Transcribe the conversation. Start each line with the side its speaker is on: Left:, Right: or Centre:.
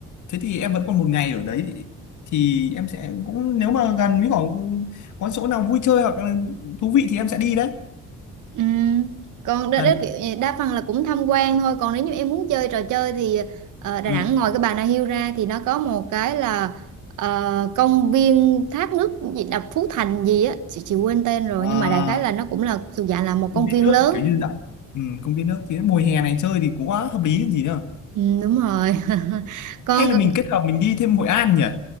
Left: thế thì em vẫn còn một ngày ở đấy thì em sẽ cũng nếu mà gần với có có chỗ nào vui chơi hoặc là thú vị thì em sẽ đi đấy
Right: Ừ. Còn đó,
Left: đàn
Right: đó kiểu như đa phần là cũng tham quan thôi còn nếu như em muốn chơi trò chơi thì ờ, Đà
Left: ừ.
Right: Nẵng ngoài cái Bà Nà Hills ra thì nó có một cái là ờ, công viên thác nước gì đập Phú Thành gì á chị, chị quên tên rồi
Left: à,
Right: nhưng mà đại khái là nó cũng là thuộc dạng là một
Left: công
Right: công
Left: viên
Right: viên
Left: nước
Right: lớn
Left: kiểu như dạng ừ, công viên nước thì mùa hè này chơi thì cũng quá hợp lý còn gì nữa
Right: ừ, đúng rồi <laughs> còn
Left: hay là mình kết hợp mình đi thêm Hội An nhỉ